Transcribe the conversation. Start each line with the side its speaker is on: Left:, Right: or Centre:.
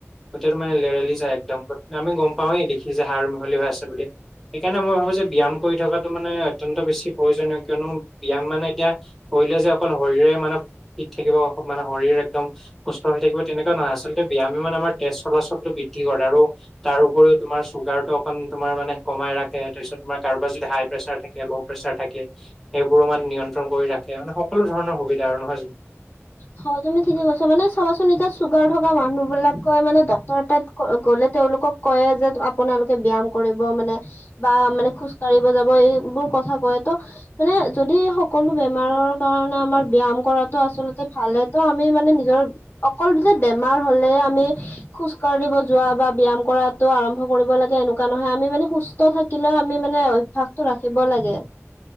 Centre: গোটেইটো মানে লেৰেলি যায় একদম, আমি গম পাওঁৱে দেখি। এই যে সাৰ মিহলি হৈ আছে বুলি। সেইকাৰণে মই ভাবোঁ যে ব্যায়াম কৰি থকাটো মানে অত্যন্ত বেছি। প্ৰয়োজনীয়, কিয়নো ব্যায়াম মানে এতিয়া। কৰিলে যে অকল শৰীৰে মানে ফিট থাকিব, মানে শৰীৰ একদম। সুস্থ হৈ থাকিব তেনেকুৱা নহয়, আচলতে ব্যায়াম মানে আমাৰ তেজ চলাচলটো বৃদ্ধি কৰে আৰু। তাৰ উপৰিও তোমাৰ। চুগাৰটো অকণ তোমাৰ মানে কমাই ৰাখে, তাৰপিছত তোমাৰ কাৰোবাৰ যদি হাই প্ৰেছাৰ থাকে ল' প্ৰেছাৰ থাকে। সেইবোৰো মানে নিয়ন্ত্ৰণ কৰি ৰাখে, মানে সকলো ধৰণৰ সুবিধা আৰু নহয় জানো
Left: হয় তুমি ঠিকে কৈছা, মানে চাবাচোন এতিয়া চুগাৰ থকা মানুহ বিলাকে মানে ডক্তৰ তাত। গ'লে, তেওঁলোকক কয় যে আপোনালোকে ব্যায়াম কৰিব মানে। বা মানে খোজ কাঢ়িব যাব, এইবোৰ কথা কয় তো। মানে যদি সকলো বেমাৰৰ কাৰণে, আমাৰ ব্যায়াম কৰাটো আচলতে ভালেই তো, আমি মানে নিজৰ অকল যে বেমাৰ হলে আমি। খোজ কাঢ়িব যোৱা বা ব্যায়াম কৰাতো আৰম্ভ কৰিব লাগে, এনেকুৱা নহয় আমি মানে সুস্থ থাকি থাকিলেও, আমি মানে অভ্যাসটো ৰাখিব লাগে।